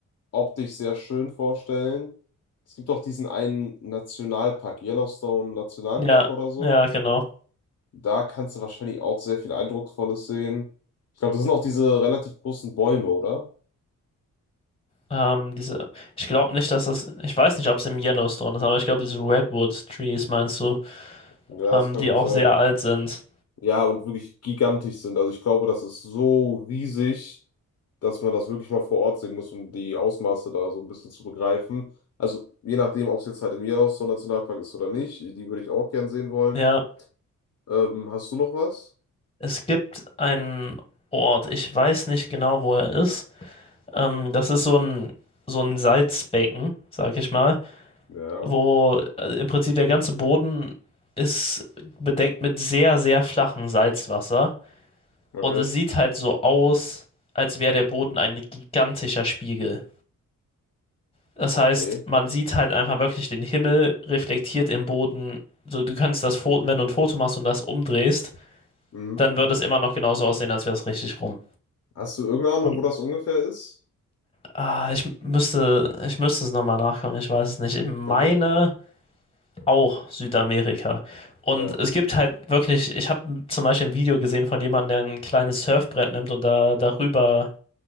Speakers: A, on the left (about 50°); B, on the left (about 15°).
A: optisch sehr schön vorstellen. Es gibt auch diesen einen Nationalpark, Yellowstone Nationalpark
B: Ja,
A: oder so.
B: ja, genau.
A: Da kannst du wahrscheinlich auch sehr viel Eindrucksvolles sehen. Ich glaube, das sind auch diese relativ großen Bäume, oder?
B: Ähm, diese, ich glaube nicht, dass das, ich weiß nicht, ob es im Yellowstone ist, aber ich glaube, diese Redwood Trees meinst du,
A: Ja,
B: ähm,
A: das kann
B: die
A: gut
B: auch
A: sein.
B: sehr alt sind.
A: ja, und wirklich gigantisch sind. Also ich glaube, das ist so riesig, dass man das wirklich mal vor Ort sehen muss, um die Ausmaße da so ein bisschen zu begreifen. Also je nachdem, ob es jetzt halt im Yellowstone Nationalpark ist oder nicht, die würde ich auch gern sehen wollen.
B: Ja,
A: Ähm, hast du noch was?
B: es gibt einen Ort, ich weiß nicht genau, wo er ist. Ähm, das ist so ein, so ein Salzbecken, sag ich mal,
A: Ja,
B: wo äh, im Prinzip der ganze Boden ist bedeckt mit sehr, sehr flachem Salzwasser.
A: okay.
B: Und es sieht halt so aus, als wäre der Boden ein gigantischer Spiegel. Das
A: Okay.
B: heißt, man sieht halt einfach wirklich den Himmel reflektiert im Boden. So, du kannst das Foto, wenn du ein Foto machst und das umdrehst,
A: Mhm.
B: dann würde es immer noch genauso aussehen, als wäre es richtig rum.
A: Hast du irgendeine Ahnung,
B: Und
A: wo das ungefähr ist?
B: ah, ich müsste, ich müsste es nochmal nachgucken, ich weiß es nicht. Ich meine
A: Okay,
B: auch Südamerika. Und
A: ja,
B: es gibt halt wirklich, ich habe zum Beispiel ein Video gesehen von jemandem, der ein kleines Surfbrett nimmt und da darüber